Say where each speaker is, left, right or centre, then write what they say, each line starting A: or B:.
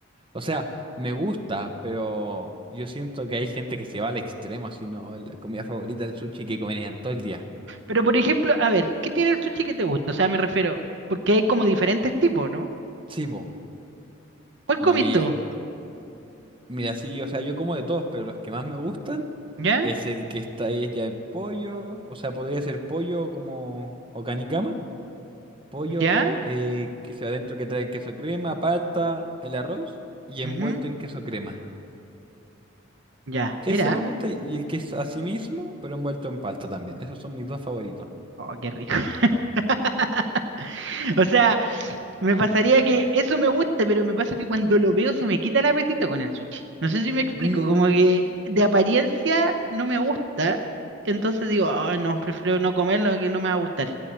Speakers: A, on the right; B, on the right.
A: O sea, me gusta, pero yo siento que hay gente que se va al extremo, así, ¿no? La comida favorita del sushi que comerían todo el día.
B: Pero, por ejemplo, a ver, ¿qué tiene el sushi que te gusta? O sea, me refiero, porque hay como diferentes tipos, ¿no?
A: Sí, po.
B: ¿Cuál comiste
A: No, a mí, ah,
B: tú?
A: mira, sí, o sea, yo como de todos, pero los que más me gustan
B: ¿Ya?
A: es el que está ahí ya de pollo, o sea, podría ser pollo como, o canicama, pollo
B: ¿Ya?
A: eh, que sea adentro que trae queso crema, palta, el arroz y envuelto
B: Ujú,
A: en queso crema.
B: Ya,
A: Ese
B: mira,
A: me gusta y y el que es así mismo, pero envuelto en palta también. Esos son mis dos favoritos.
B: Oh, qué rico. <laughs> O sea, me pasaría que eso me gusta, pero me pasa que cuando lo veo se me quita el apetito con el sushi. No sé si me explico,
A: Mm,
B: como que de apariencia no me gusta, entonces digo, "Ay, no, prefiero no comerlo que no me va a gustar.